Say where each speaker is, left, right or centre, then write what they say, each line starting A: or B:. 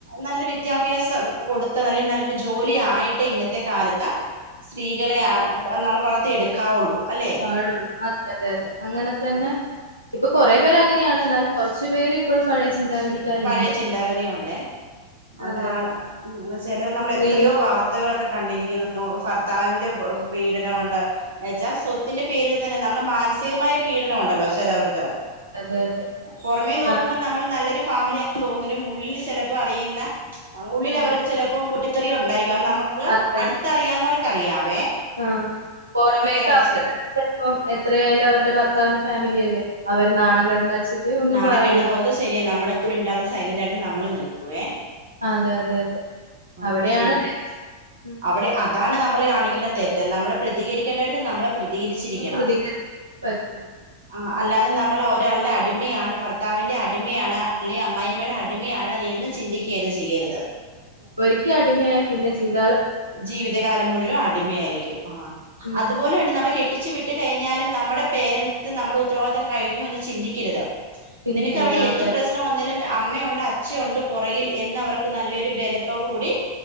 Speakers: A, on the right (about 60°); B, on the right (about 80°).
A: നല്ല വിദ്യാഭ്യാസം
B: ഉം
A: കൊടു നല്ല നല്ലൊരു ജോലി ആയിട്ട് ഇന്നത്തെ കാലത്ത് സ്ത്രീകളെ
B: ഉം.
A: ആ <unintelligible> എടുക്കാവുള്ളു അല്ലേ
B: പാടുള്ളൂ അതെ അതെ അതെ അങ്ങനെ തന്നെ ഇപ്പൊ കുറേ പേര് അങ്ങനെയാണ് എന്നാലും കുറച്ച് പേര് ഇപ്പഴും പഴയ ചിന്താഗതിക്കാരുണ്ട്
A: പഴയ ചിന്താഗതി ഉണ്ട് അതാണ്
B: അതെ അതെ
A: ചില നമ്മൾ
B: സ്ത്രീ
A: എത്രയോ വാർത്തകളൊക്കെ കണ്ടിരിക്കുന്നു ഭർത്താവിന്റെ പീഡനമുണ്ട് എന്ന വച്ചാൽ സ്വത്തിന്റെ പേരിൽ തന്നെ നമ്മുടെ മാനസികമായ പീഡനമുണ്ടല്ലോ ചെലർക്കു
B: അതെ അതെ
A: പൊറമേ നോക്കുമ്പ
B: ആ
A: നമ്മള് നല്ലൊരു ഫാമിലി തോന്നതിനും ഉള്ളിൽ ചിലപ്പോ പെയ്യുന്ന ആ ഉള്ളിൽ
B: ഉം
A: അവർക്ക് ചിലപ്പം പൊട്ടി <unintelligible> തെറിഉണ്ടായി നമുക്ക്
B: അതെ അതെ
A: അടുത്തറിയാന്ന് പറഞ്ഞ ക്കറിയാം
B: ആ പുറമേക്കെ
A: വെച്ച്
B: ആ ചിലപ്പോം എത്രയായാലും അവരുടെ ഭർത്താവിന്റെ ഫാമിലി അല്ലേ അവര് നാണം കെടണ്ട വച്ചിട്ട് ഒന്നും
A: നാണം
B: പറയൂല
A: കേടെണ്ടെന്ന് ഓർത്ത് ശരി നമ്മള് മിണ്ടാതെ സൈലന്റ് ആയിട്ട് നമ്മള് നിൽ കു വേ
B: അതെ അതെ അതെ അവിടെയാണ്
A: പക്ഷെ ഇത്
B: തെറ്റ് ഉം
A: അവിടെ അതാണ് നമ്മള് ണിക്കുന്ന തെറ്റ് നമ്മള് പ്രതികരിക്കേണ്ടെട്ത് നമ്മള് പ്രതികരിച്ചിരിക്കണം
B: പ്രതികരിക്കാൻ പറ്റും
A: ആ
B: ഉം
A: അല്ലാതെ നമ്മൾ ഒരാൾ അടിമയാണ് ഭർത്താവിൻ്റെ അടിമയാണ് അല്ലെ അമ്മായിമ്മയുടെ
B: ഉം
A: അടിമയാണ് എന്ന് ചിന്തിക്കെ ചെയ്യരുത്
B: ഒരിക്കൽ അടിമയായ പിന്നെ ജീവിത
A: ജീവിതകാലം മുഴുവൻ അടിമ ആയിരിക്കും ആ
B: ഉം
A: അതുപോലെ ഉണ്ട് നമ്മള് കെ ട്ടിച്ചു വിട്ട് കഴിഞ്ഞാലും നമ്മുടെ പേരൻസിന് നമ്മടെ ഉത്തരവാദിത്തം കഴിഞ്ഞു എന്ന് ചിന്തിക്കരുത്
B: പിന്നില്ല
A: നിനക്ക് അവിടെ എന്ത്
B: അതെ
A: പ്രശ്നം
B: അതെ
A: വന്നാലും അമ്മയുണ്ട് അച്ഛയുണ്ട് പൊറകിൽ എന്ന് അവർക്ക് നല്ലൊരു ബലത്തോടു കൂടി